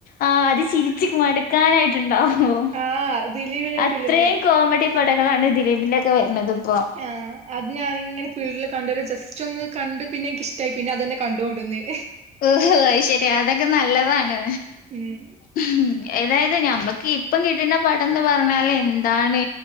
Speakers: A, on the left (about 60°); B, on the right (about 40°).
A: ആ അത് ചിരിച്ച്ക്ക് മടുക്കാനായിട്ട്ണ്ടാവും.
B: ആഹ് ദിലീപിന്റെ ഒരു
A: അത്രേം
B: ഫിലിം
A: കോമഡി പടകളാണ് ദിലീപിന്റെക്കെ വരുന്നത് പ്പോ.
B: ആ.. അത് ഞാനിങ്ങനെ ഫീൽഡില് കണ്ടേരം ജസ്റ്റ് ഒന്ന് കണ്ട് പിന്നെ, നിക്കിഷ്ടായി. പിന്നെ അതന്നെ കണ്ടോൻട്ന്ന്..
A: ഓഹോ.. ! അയിശരി, അതൊക്കെ നല്ലതാണ്.
B: മ്മ്
A: ഹ്മ്മ്‌, എതായത് ഞമ്മക്ക് ഇപ്പം കിട്ട്ണ പടംന്ന് പറഞ്ഞാല് എന്താണ്?